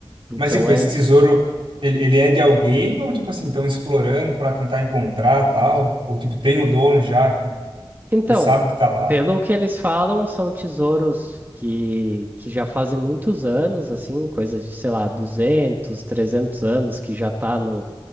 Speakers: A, on the right; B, on the right.
A: Então
B: Mas, tipo,
A: é.
B: esse tesouro, ele, ele é de alguém ou, tipo assim, estão explorando para tentar encontrar tal? Ou, tipo, tem o dono já que,
A: Então,
B: que sabe que tá lá?
A: pelo que eles falam, são tesouros que, que já fazem muitos anos, assim, coisa de, sei lá, 200, 300 anos que já tá num